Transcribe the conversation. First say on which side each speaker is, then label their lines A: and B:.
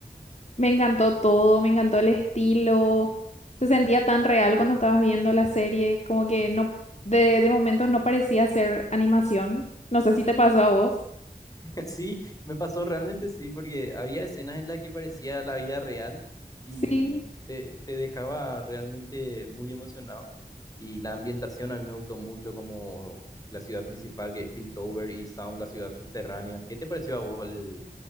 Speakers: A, on the left; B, on the left.
A: Me encantó todo, me encantó el estilo. Se sentía tan real cuando estabas viendo la serie, como que no, de, de momentos no parecía ser animación. No sé si te pasó a vos.
B: <laughs> Sí, me pasó realmente sí, porque había escenas en las que parecía la vida real y
A: Sí.
B: te, te dejaba realmente muy emocionado. Y la ambientación a mí me gustó mucho, como la ciudad principal que es Piltover y Sound, la ciudad subterránea. ¿Qué te pareció a vos el-